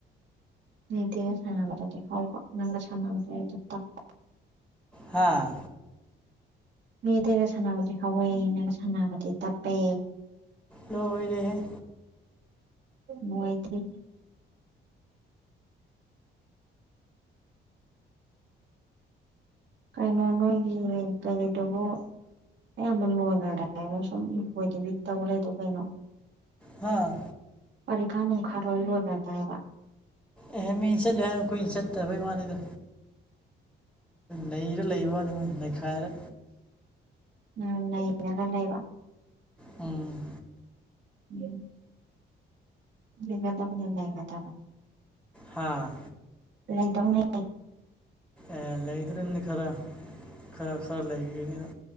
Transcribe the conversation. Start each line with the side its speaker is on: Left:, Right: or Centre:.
Right: ꯃꯤ ꯑꯇꯩ ꯁꯥꯅꯕꯗꯗꯤ ꯍꯧꯕ ꯅꯪꯒ ꯁꯥꯅꯕꯗꯗꯤ ꯇꯞꯄ
Centre: ꯍꯥꯥ
Right: ꯃꯤ ꯑꯇꯩꯒ ꯁꯥꯟꯅꯕꯗꯤ ꯍꯧꯋꯦ ꯅꯪꯒ ꯁꯥꯟꯅꯕꯗꯤ ꯇꯞꯄꯦ
Centre: ꯂꯣꯏꯔꯦꯍꯦ
Right: ꯂꯣꯏꯗ꯭ꯔꯦꯍꯦ ꯀꯩꯅꯣ ꯅꯣꯏꯒꯤ ꯀꯩꯅꯣꯗꯨꯕꯨ ꯑꯌꯥꯝꯕ ꯂꯣꯏꯈ꯭ꯔꯗ꯭ꯔꯥ ꯁꯨꯝ ꯂꯣꯏꯗꯕꯤ ꯇꯧ ꯂꯩꯔꯤꯗꯨꯕꯨ ꯀꯩꯅꯣ
Centre: ꯍꯥꯥ
Right: ꯄꯔꯤꯈꯥ ꯅꯨꯡꯈꯥ ꯂꯣꯏ ꯂꯣꯏꯒ꯭ꯔꯗꯥꯏꯕ
Centre: ꯑꯦꯍ ꯃꯤ ꯆꯠꯂꯨ ꯍꯥꯏ ꯑꯩꯈꯣꯏꯅ ꯆꯠꯇꯕꯩ ꯋꯥꯅꯤꯗꯣ ꯅꯩꯔ ꯂꯩꯕꯩ ꯋꯥꯅꯤ ꯅꯩꯈꯥꯏꯔ
Right: ꯎꯝ ꯅꯩꯔꯒ ꯂꯩꯩꯕ
Centre: ꯎꯝ
Right: ꯎꯝ ꯂꯩꯒꯗꯕꯅꯤ ꯂꯩꯒꯗꯕ
Centre: ꯍꯥꯥ
Right: ꯂꯩꯗꯧꯅꯦ
Centre: ꯑꯦ ꯂꯩꯗꯧꯔꯤꯝꯅꯤ ꯈꯔ ꯈꯔ ꯈꯔ ꯂꯩꯒꯅꯤꯗ